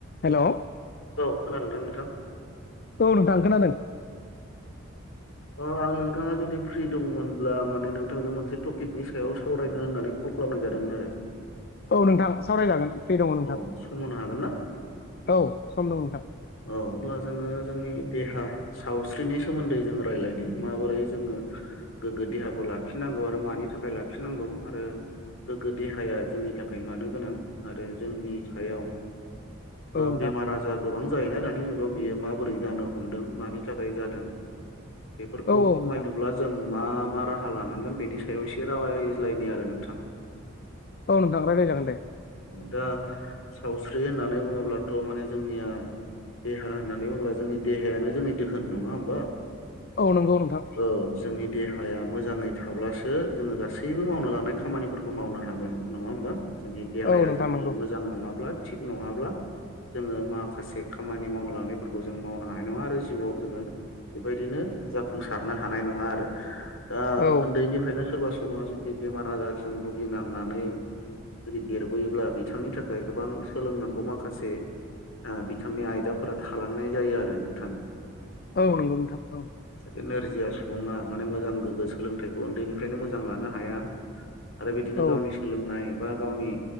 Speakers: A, on the left; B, on the left.
A: हेल'
B: औ खोनादोंना नोंथां
A: नोंथां खोनादों
B: अ आं नोंथाङा जुदि फ्रि दंमोनब्ला माने नोंथांखौ मोनसे टपिकनि सायाव सावरायनो होननानै खल खालामनाय जादोंमोन आरो
A: औ नोंथां सावरायजागोन फ्रि दङ नोंथां
B: औ समहोनो हागोन ना
A: औ सम दं नोंथां
B: औ अब्ला जोङो जोंनि देहा सावस्रिनि सोमोन्दै जों रायज्लायनो माबोरै जोङो गोग्गो देहाखौ लाखिनांगौ आरो मानि थाखाय लाखिनांगौ आरो गोग्गो देहाया जोंनि थाखाय मानो गोनां आरो जोंनि सायाव
A: औ नोंथां
B: बेमार आजार गोबां जायोना दानि जुगाव बियो माबोरै जानो हमदों मानि थाखाय जादों बेफोरखौ
A: औ औ
B: खमायनोब्ला
A: नोंथां
B: जों आं मा मा राहा लानांगोन बेनि सायाव एसे रायज्लायनि आरो नोंथां
A: औ नोंथां रायलाय जागोन दे
B: दा सावस्रि होननानै बुङोब्लाथ' माने जोंनिया देहा होननानै बुङोब्ला जोंनि देहायानो जोंनि दोहोन नङा होमबा
A: औ नंगौ नोंथां
B: औ जोंनि देहाया मोजाङै थाब्लासो जोङो गासैबो मावनो लानाय खामानिफोरखौ मावनो हागोन नङा होमबा जोंनि देहाया
A: औ नोंथां
B: जुदि मोजां
A: नंगौ
B: नङाब्ला थिग नङाब्ला जोङो माखासे खामानि मावनो लानायफोरखौ जों मावनो हानाय नङा आरो जिउआव जोङो बेबायदिनो जाफुंसारनो हानाय नङा आरो दा
A: औ
B: उन्दैनिफ्रायनो सोरबा सुबुा जुदि बेमार आजारजों भुगिनांनानै जुदि देरबोयोब्ला बि बिथांनि थाखाय गोबां सोलोंनांगौ माखासे बिथांनि आयदाफोरा थालांनाय जायो आरो नोंथां
A: औ नंगौ नोंथां औ
B: एसे नोरजिया सुबुङा माने मोजां गोग्गो सोलोंथाइखौ उन्दैनिफ्रायनो मोजां लानो हाया आरो बिदिनो
A: औ
B: गावनि सोलोंनाय बा गावनि